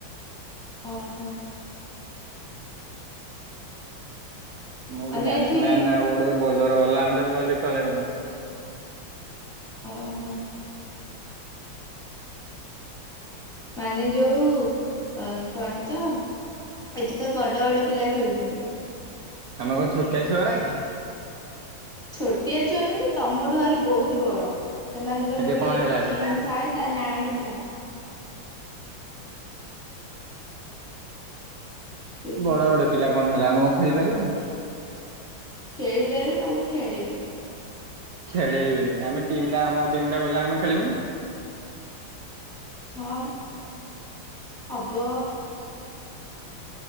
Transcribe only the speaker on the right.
ମୁଁ ଗୋଟେ
ବ୍ୟାଟ୍ସମ୍ୟାନ୍
ଆଉ ଗୋଟେ ବୋଲର ଅଲରାଉଣ୍ଡର କହିଲେ ଚଳେଇବୁ
ଆମେ କଣ ଛୋଟିଆ ଛୁଆର କି
ଏବେ
କଣ
ହେଲା
ଏଠୁ
ବଡ ବଡ ପିଲା କଣ ହେଲା ଆମ କଣ ଖେଳି ପାରିବନି
ଖେଳେଇବେନି ଆମେ ଟିମ୍ ଟା ଆମ ଟିମ ଟା ଗଲେ ଆମେ ଖେଳିବୁନି